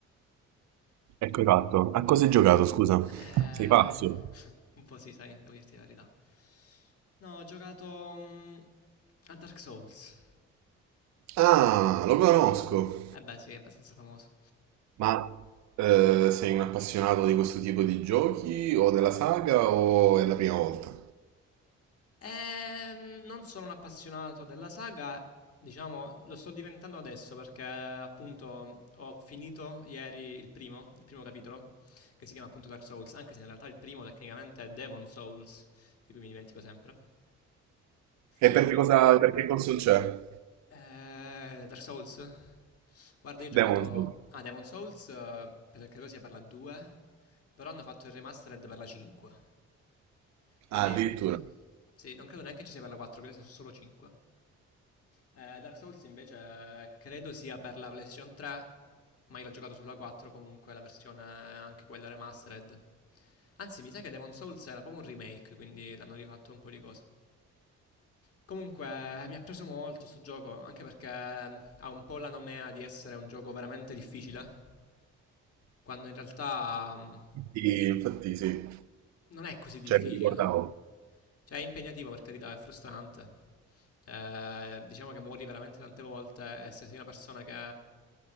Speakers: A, on the right (about 65°); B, on the left (about 50°).
A: Ecco fatto. A cosa hai giocato, scusa?
B: Eh,
A: Sei pazzo.
B: <laughs> un po' sì, sai, devo dirti la verità. No, ho giocato mm, a Dark Souls.
A: Ah, lo conosco.
B: Eh beh, sì, è abbastanza famoso.
A: Ma eh, sei un appassionato di questo tipo di giochi o della saga o è la prima volta?
B: Ehm, non sono un appassionato della saga, diciamo, lo sto diventando adesso perché appunto ho finito ieri il primo, il primo capitolo, che si chiama appunto Dark Souls, anche se in realtà il primo tecnicamente è Demon Souls, di cui mi dimentico sempre.
A: E
B: Ho
A: perché
B: finito
A: cosa, perché console c'è?
B: eh, Dark Souls. Guarda, io ho giocato
A: Demon's Souls.
B: a Demon Souls, eh, per- credo sia per la 2, però hanno fatto il remastered per la 5. Quindi
A: Ah, addirittura.
B: sì, non credo neanche ci sia per la 4, credo sia solo 5. Eh, Dark Souls invece credo sia per la PlayStation 3, ma io l'ho giocato sulla 4 comunque, la versione anche quella remastered. Anzi, mi sa che Demon Souls era proprio un remake, quindi l'hanno rifatto un po' di cose. Comunque eh, mi ha preso molto sto gioco, anche perché mm, ha un po' la nomea di essere un gioco veramente difficile, quando in realtà mh,
A: Sì, infatti sì.
B: non è così difficile.
A: Cioè, mi ricordavo.
B: Cioè è impegnativo per carità, è frustrante. Eh, diciamo che muori veramente tante volte e se sei una persona che